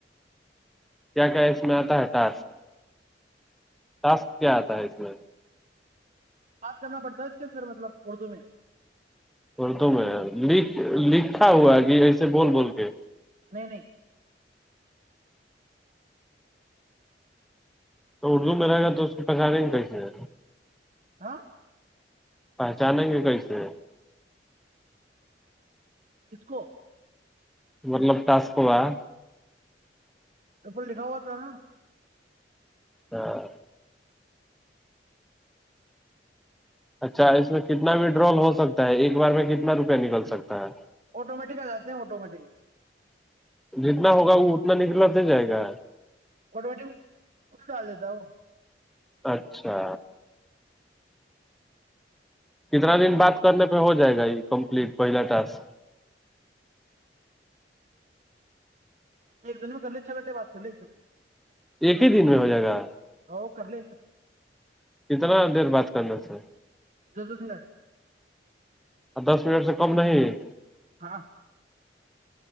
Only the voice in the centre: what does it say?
کیا کہ میں آتا ہے ٹاسک ٹاسک کیا آتا ہے اس میں
اردو میں ل لکھا ہوا کہ ایسے بول بول کے
تو اردو میں رہے گا تو اس کو پہچانیں گے کیسی
پہچانیں گے کیئیسے
مطلب ٹاسکو ہے
ہاں اچھا اس میں کتنا وڈرول ہو سکتا ہے ایک بار میں کتنا روپیہ نکل سکتا ہے
جتنا ہوگا وہ اتنا نکلا تو جائے گا
اچھا کتنا دن بات کرنے پہ ہو جائے گا یہ کمپلیٹ پہلا ٹاسک
ایک ہی دن میں ہو جائے گا
کتنا دیر بات کرنا سر
<unintelligible> <unintelligible>